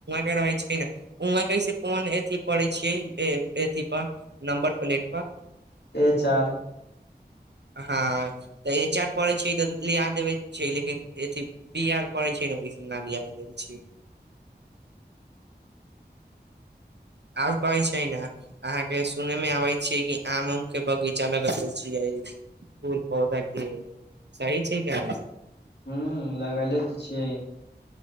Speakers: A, on the right (about 75°); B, on the left (about 70°).
A: के रहे छै ने उह कस कोन अथि पड़े छियै इ हे पर नम्बर प्लेट पर
B: एच चार
A: हँ तऽ ई एच आर पड़ै छै तऽ लिया देबै छै लेकिन अथ बी आर पड़ै छै ने ओहि स ना लिया देबै छै
B: <inaudible>
A: आर कहे छै ने अहाँ के सुने मे आबे छी कि आम उम के बगीचा लगे छियै फूल पौधा के सही छै का
B: हू लगले तऽ छियै